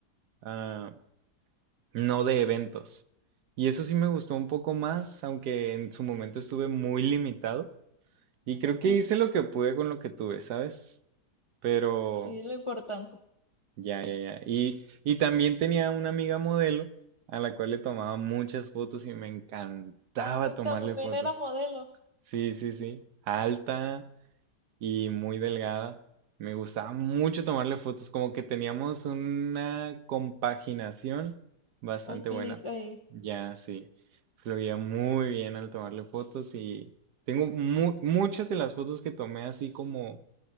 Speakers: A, on the right; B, on the left.
A: ah, no de eventos. Y eso sí me gustó un poco más, aunque en su momento estuve muy limitado. Y creo
B: ujú.
A: que hice lo que pude con lo que tuve, ¿sabes? Pero
B: Sí, lo importante.
A: ya, ya, ya. Y, y también tenía una amiga modelo a la cual le tomaba muchas fotos y me encantaba
B: Ay,
A: tomarle
B: también
A: fotos.
B: era modelo.
A: Sí, sí, sí. Alta y muy delgada. Me gustaba mucho tomarle fotos, como que teníamos una compaginación bastante
B: Un clic
A: buena.
B: ahí.
A: Ya, sí. Fluía muy bien al tomarle fotos y tengo mu- muchas de las fotos que tomé así como